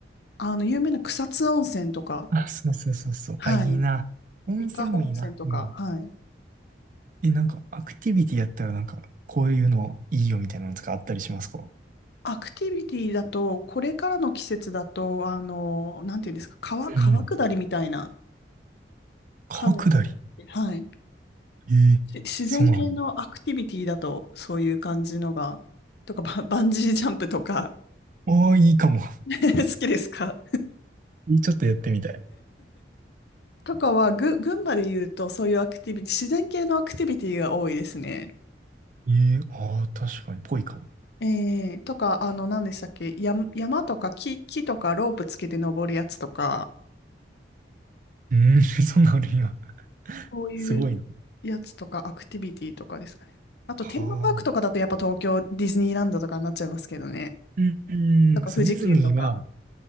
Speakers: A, on the left (about 60°); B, on the right (about 45°).
A: あの、有名な草津温泉とか、
B: たあ、そうそうそうそう。
A: はい。
B: あ、いいな。温泉もいいな。
A: 伊香保温泉とか、
B: うん。
A: はい。
B: え、なんか、アクティビティやったらなんか、こういうのいいよみたいなのとかあったりしますか
A: アクティビティだと、これからの季節だと、あの、なんていうんですか、川、
B: うん。
A: 川下りみたいな
B: 川下り。
A: カヌーとかって、はい。
B: ええそうなの。
A: し自然系のアクティビティだとそういう感じのが、とかバン、バンジージャンプとか
B: ああ、いいかも。<laughs>
A: <laughs> 好きですか
B: ちょっとやってみたい。
A: とかはぐ、群馬で言うとそういうアクティビティ、自然系のアクティビティが多いですね。
B: ええああ、確かに、ぽいかも。
A: えー、とか、あの、何でしたっけ、山、山とか木、木とかロープつけて登るやつとか、
B: うーん、<laughs> そんなのあるんや。
A: そういう
B: すごいな。
A: やつとかアクティビティとかですかね。あと、
B: はあ。
A: テーマパークとかだとやっぱ東京ディズニーランドとかになっちゃいますけどね。
B: うん、
A: とか、
B: うんそう、
A: 富士急とか。
B: ディズニーは、